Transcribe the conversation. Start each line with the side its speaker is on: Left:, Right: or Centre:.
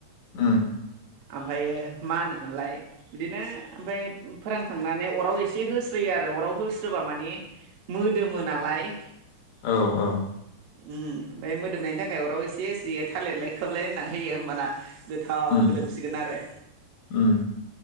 Left: उम।
Right: ओमफ्रायो मा होनोमोनलाय बिदिनो ओमफाय फोरानखांनानै अराव एसे होस्रोयो आरो अराव होस्रोबा माने मोदोमो नालाय।
Left: औ औ।
Right: उम ओमफाय मोदोमनायनि थाखाय अराव एसे एस्रि थालिरलाय खोबलायलायना होयो होमबाना गोथ
Left: उम
Right: मोदोमसिगोन आरो।
Left: उम